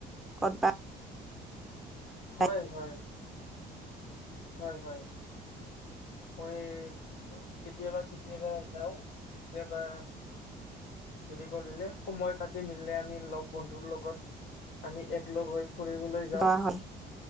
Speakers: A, in the centre; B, on the left.
A: কত বা
B: হয় হয় হয় হয় মই কেতিয়াবা কেতিয়াবা যাওঁ কেতিয়াবা হেৰি কৰিলে সময় পাতি মিলিলে আমি লগ বন্ধুৰ লগত আমি এক লগ হৈ ফুৰিবলৈ যাওঁ
A: ডৰা হল